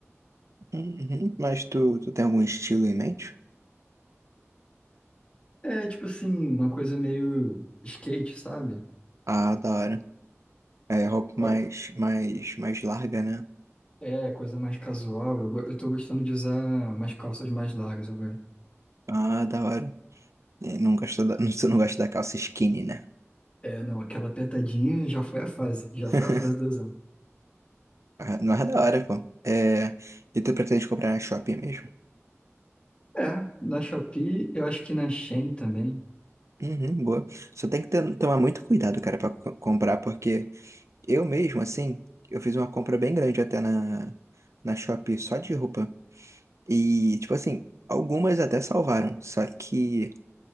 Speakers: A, on the right (about 75°); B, on the left (about 25°).
A: Uhum. Mas tu, tu tem algum estilo em mente?
B: É, tipo assim, uma coisa meio skate, sabe?
A: Ah, da hora. É roupa mais,
B: Co-
A: mais, mais larga, né?
B: É, coisa mais casual. Eu, go- eu tô gostando de usar umas calças mais largas agora.
A: Ah, da hora. E Não gosta da, <laughs> tu não gosta da calça skinny, né?
B: É, não, aquela apertadinha já foi a fase, já foi
A: <laughs>
B: a fase do usando.
A: Ah, Não é da hora, pô. É, e tu pretende comprar na Shopee mesmo?
B: É, na Shopee, eu acho que na Shein também.
A: Uhum, boa. Só tem que ter- tomar muito cuidado, cara, pra co- comprar, porque eu mesmo, assim, eu fiz uma compra bem grande até na, na Shopee só de roupa. E, tipo assim, algumas até salvaram, só que